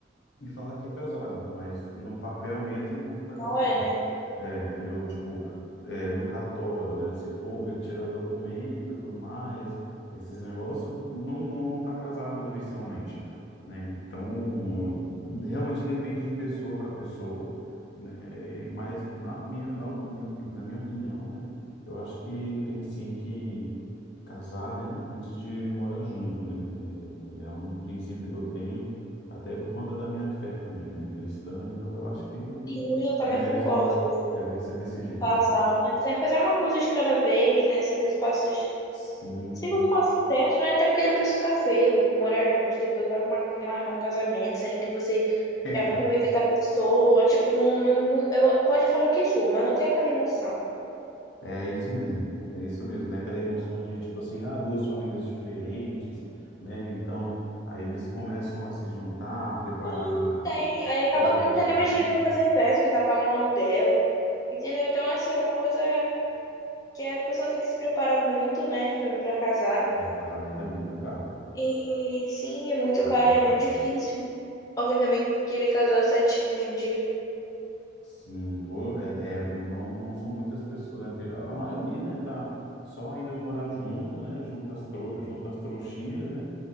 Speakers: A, on the left (about 75°); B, on the left (about 20°).
A: e fala que é casado, mas no papel mesmo não tá casado.
B: Não é, né?
A: É, entendeu? Tipo, é, no cartório, né? Se for ver- tirar documento e tudo mais, esses negócios, não, não, não tá casado oficialmente, né? Então, realmente depende de pessoa para pessoa, né? Mas na minha, na minha, na minha opinião, né? Eu acho que tem sim que casar, né? Antes de morar junto, né? É, é um princípio que eu tenho até por conta da minha fé também, né? Cristã, então eu acho que
B: Sim, eu também
A: deveria
B: concordo.
A: ser, de- deveria ser desse jeito.
B: Vazar
A: mesmo.
B: antes, é fazer uma coisa de cada vez, né? Seguir os passos,
A: Sim,
B: seguir
A: sim.
B: os passos certos, né? Até porque depois fica feio morar junto, depois vai mar- marcar um casamento, sendo que você
A: <laughs>
B: já convive com a pessoa, tipo, não, não, não- eu pode falar o que for, mas não tem aquela emoção.
A: É isso mesmo, é isso mesmo, né? Aquela emoção de tipo assim, ah, duas famílias diferentes, né? Então, aí eles começam a se juntar, preparar,
B: Não tem, aí acaba
A: preparar
B: que não
A: o casamento.
B: tem nem mais dinheiro pra fazer festa, porque tá pagando aluguel, entendeu? Então, assim, é uma coisa que a pessoa tem que se preparar muito, né, pra, pra casar.
A: É, o casamento é muito caro,
B: E sim, é muito
A: tá
B: caro,
A: lá é caro.
B: é muito difícil. Alguém também querer casar certinho hoje em dia.
A: Sim, pô, é, é, não, não são muitas pessoas, né? Tem- A a maioria, né, tá só indo morar junto, né? Junto às tro, junto às trouxinhas, né?